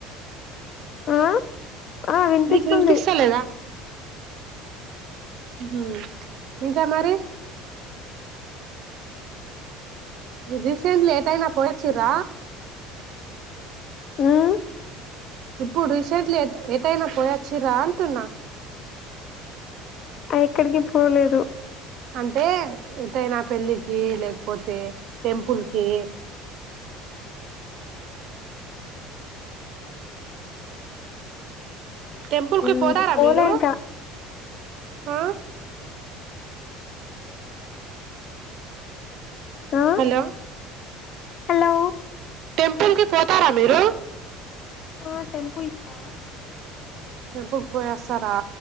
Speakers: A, on the left (about 50°); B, on the right (about 60°).
A: ఆ ఆ వినిపిస్తుంది
B: నీకు వినిపిస్తా లేదా ఉమ్ ఇంకా మరి థీసిస్ లేట్ అయిన పోయిచిల్ల
A: ఉమ్
B: ఇప్పుడు రీసెంట్లీ ఎటైనా పోయాచ్చరా అంటున్నా
A: ఎక్కడికి పోలేదు
B: అంటే ఎదైనా పెళ్ళికి లేకపోతే టెంపుల్కికి టెంపుల్ కి
A: ఉమ్
B: పోతారా
A: పోలే
B: మీరు
A: ఇంకా
B: ఆ
A: ఆ
B: హలో
A: హలో
B: టెంపుల్ కి పోతారా మీరు
A: ఆ టెంపుల్ కా
B: టెంపుల్క్ పోయొస్తారా